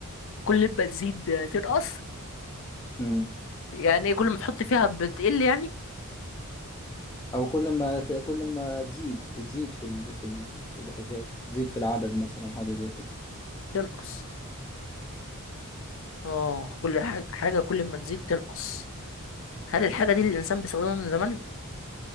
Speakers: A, on the left; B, on the left.
A: كل ما تزيد تنقص
B: امم
A: يعني إيه كل ما تحط فيها بتقل يعني
B: أو كل ما ت... كل ما تزيد تزيد في ال... في ال... في الحكاية تزيد في العدد مثلا حاجة زي كده
A: تنقص اه كل حاجة حاجة كل ما تزيد تنقص هل الحاجة دي اللي الإنسان بيستخدمها من زمان